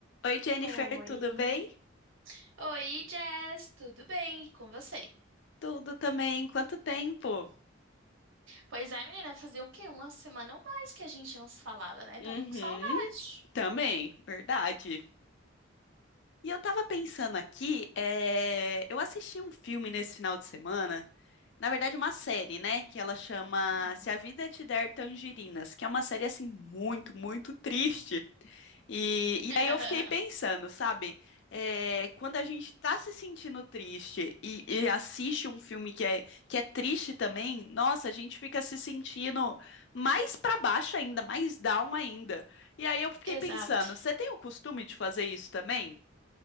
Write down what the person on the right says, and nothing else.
Oi.
Oi, Jess, tudo bem E com você?
Pois é, menina, fazia o quê? Uma semana ou mais que a gente não se falava, né?
Tava com saudade.
Uhum.
<laughs>
Exato.